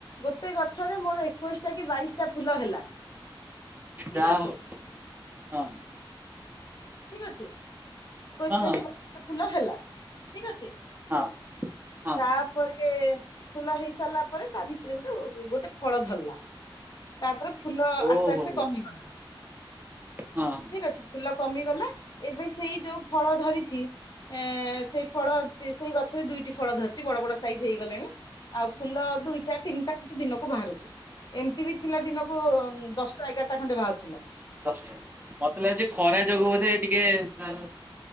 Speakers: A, on the left; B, on the right.
A: ଗୋଟେ ଗଛ ଗଛରେ ମୋର ଏକୋଇଶି ଟା କି ବାଇଶି ଟା ଫୁଲ ହେଲା ଠିକ
B: ଯାହ
A: ଅଛି
B: ହଉ ହଁ।
A: ଠିକ ଅଛି
B: ହଁ ହଁ
A: ଫୁଲ ହେଲା ଠିକ ଅଛି।
B: ହଁ ହଁ ହଁ
A: ତାପ ପରେ ଫୁଲ ହେଇ ସାରିଲା ପରେ ତା ଭିତରେ ଗୋଟେ ଗୋଟେ ଫଳ ଧରିଲା ତାପରେ ଫୁଲ
B: ଓହୋ
A: ଆସ୍ତେ ଆସ୍ତେ
B: ହୋ
A: କମିଗଲା
B: ହଁ ହଁ
A: ଠିକ ଅଛି ଫୁଲ କମିଗଲା ଏବେ ସେଇ ଯୋଉ ଫଳ ଧରିଛି ଏ ସେଇ ଫଳ ସେଇ ଗଛରେ ଦୁଇଟି ଫଳ ଧରିଛି ବଡ଼ ବଡ଼ ସାଇଜ୍ ହେଇଗଲେଣି। ଆଉ ଫୁଲ ଦୁଇଟା ତିନିଟା ଏମିତି ଦିନକୁ ବାହାରୁଛି ଏମିତି ବି ଥିଲା ଦିନକୁ ଦଶ ଏଗାରଟା ଖଣ୍ଡେ ବାହାରୁଥିଲା।
B: ଦଶାଟା ମତେ ଲାଗୁଛି ଖରା ଯୋଗୁଁ ବୋଧେ ଟିକେ ତା